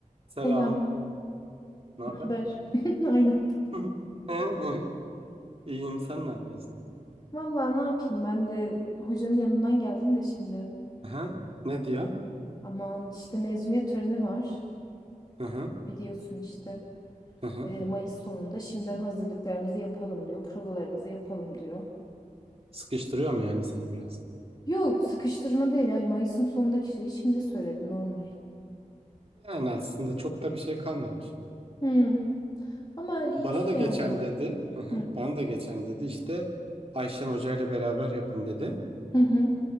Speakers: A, on the right; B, on the left.
A: Selam.
B: Selam,
A: Ne haber?
B: ne haber? <laughs> Aynı anda.
A: <laughs> İyiyim. Sen ne yapıyorsun?
B: Vallahi ne yapayım ben de hocanın yanından geldim de şimdi.
A: Aha. Ne diyor?
B: Aman işte mezuniyet töreni var.
A: Aha.
B: Biliyorsun işte.
A: Aha.
B: Ee, Mayıs sonunda şimdiden hazırlıklarımızı yapalım diyor. Provalarımızı yapalım diyor.
A: Sıkıştırıyor mu yani seni biraz?
B: Yok sıkıştırma değil. Yani Mayıs'ın sonundaki şeyi şimdi söyledi normal.
A: Yani aslında çok da bir şey kalmamış.
B: Hmm. Ama hiç
A: Bana da geçen
B: yani.
A: dedi. Aha.
B: Hı.
A: Bana da geçen dedi. İşte Ayşen Hoca ile beraber yapın dedi.
B: Hı hı.